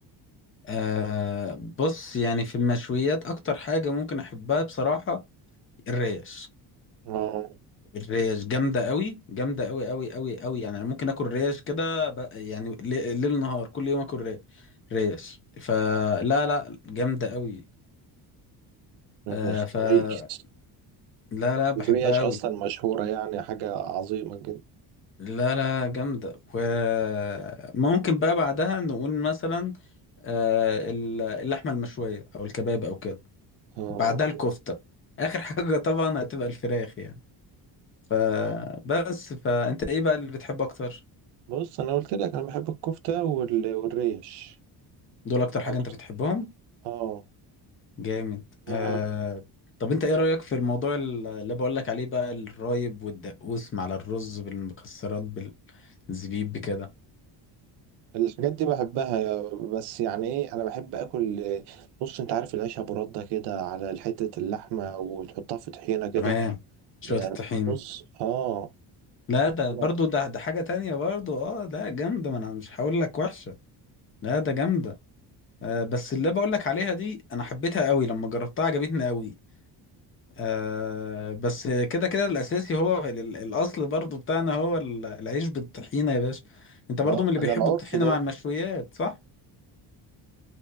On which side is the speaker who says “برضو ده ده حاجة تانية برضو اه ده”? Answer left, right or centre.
Left